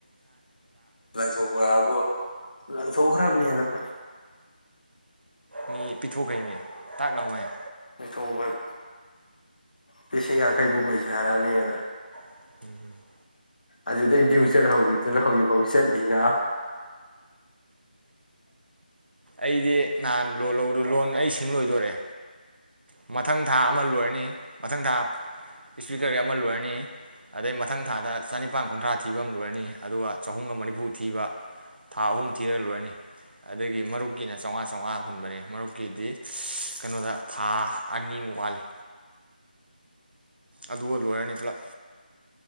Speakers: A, on the left; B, on the right.
A: ꯂꯪ ꯊꯣꯛ ꯄꯥ ꯍꯥꯏꯕꯨ ꯂꯥꯪꯊꯣꯛ ꯈꯔ꯭ꯃꯤ ꯑꯗꯨꯝ
B: ꯃꯤ ꯄꯤꯊꯣꯛ ꯈꯤꯃꯤ ꯇꯥꯛ ꯂꯥꯎꯃꯩ
A: ꯂꯩꯊꯣꯛꯄꯅꯦ ꯂꯤꯁꯤꯡ ꯌꯥꯡꯈꯦ ꯕꯨ ꯄꯩꯁꯔꯅꯦꯅ
B: <inaudible>
A: ꯑꯗꯨꯗꯩꯩ ꯗꯨꯏ ꯆꯠ ꯍꯧꯒꯤꯕꯗꯨꯅ ꯍꯧꯖꯤꯛꯐꯥꯎꯕ ꯆꯠꯂꯤ ꯅ
B: ꯑꯩꯗꯤ ꯅꯍꯥꯟ ꯂꯣꯂꯣ ꯂꯣꯟ ꯂꯧꯕꯗꯨ ꯁꯤꯡꯕ ꯂꯣꯏꯗꯣꯔꯦ ꯃꯇꯨꯪ ꯊꯥ ꯑꯃ ꯂꯣꯏꯔꯅꯤ ꯃꯊꯪ ꯊꯥ ꯁꯄꯤꯀꯔ ꯑꯃꯥ ꯂꯣꯏꯔꯥꯅꯤ ꯑꯗꯩꯩ ꯆꯥꯅꯤꯄꯟ ꯀꯨꯟꯊꯔꯥ ꯊꯤꯕꯥ ꯑꯃꯥ ꯂꯣꯌꯔꯅꯤ ꯑꯗꯨꯒꯥ ꯆꯥꯍꯨꯝ ꯃꯔꯤꯒꯨ ꯊꯤꯕꯥ ꯊꯥ ꯑꯍꯨꯝ ꯊꯤꯔꯥ ꯂꯣꯏꯔ꯭ꯅꯤ ꯑꯗꯩ ꯃꯔꯨꯞ ꯀꯤꯅꯥ ꯆꯝꯉꯥ ꯆꯝꯉꯥ ꯍꯨꯟꯕꯅꯤ ꯃꯔꯨꯞ ꯀꯤꯗꯤ ꯀꯩꯅꯣꯗ ꯑꯅꯤꯃꯨꯛ ꯋꯥꯠꯂꯤ ꯑꯗꯨꯒꯥ ꯂꯣꯏꯔꯅꯤ ꯄꯨꯂꯞ